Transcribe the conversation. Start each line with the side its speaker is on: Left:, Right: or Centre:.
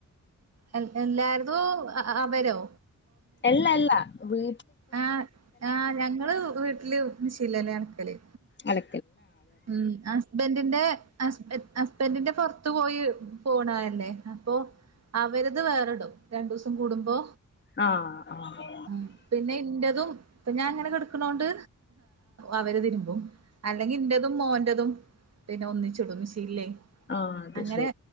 Right: എൽ എല്ലാരതൂ ആ ആ അവരോ
Left: എല്ല അല്ല വീ
Right: ആ ആ ഞങ്ങള് വീട്ട്ല് മിഷീന്ലന്നേ അനക്കല്
Left: അല
Right: ഉം ഹസ്ബെൻറിന്റെ ഹസ് ഹസ്ബെന്റിന്റെ പൊറത്ത് പോയി പോണ അല്ലേ അപ്പൊ അവരത് വേറെടും രണ്ടൂസം കൂടുമ്പോ,
Left: ആഹ് ആഹ്
Right: ആ പിന്നെ ഇന്റതും, പ്പ ഞാ ഇങ്ങനെ കെടക്കണോണ്ട് അവര് തിരുമ്പും. അല്ലെങ്കിന്റെ തും‌ മോൻ്റതും പിന്നെ ഒന്നിച്ച് ച്ചിടും മീശിനിലെ
Left: ആഹ് അത്
Right: അങ്ങനെ
Left: ശരി